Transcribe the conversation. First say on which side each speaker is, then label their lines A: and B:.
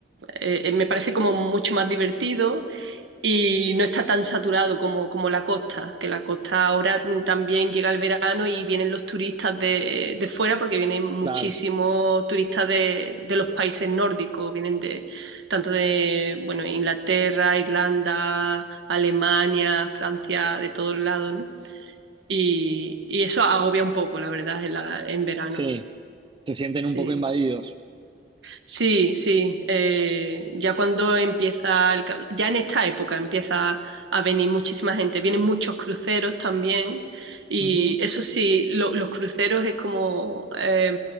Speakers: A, on the right (about 75°); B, on the right (about 25°).
A: eh, eh, me parece como mucho más divertido y no está tan saturado como, como la costa, que la costa ahora también llega el verano y vienen los turistas de, de fuera, porque vienen muchísimos
B: claro.
A: turistas de, de los países nórdicos, vienen de tanto de, bueno, Inglaterra, Irlanda, Alemania, Francia, de todos lados, ¿no? Y, y eso agobia un poco, la verdad, en, la- en verano.
B: Sí, se sienten
A: Sí.
B: un poco invadidos.
A: Sí, sí. eh, ya cuando empieza el cal- ya en esta época empieza a venir muchísima gente. Vienen muchos cruceros también. Y
B: Ujú.
A: eso sí, lo- los cruceros es como eh,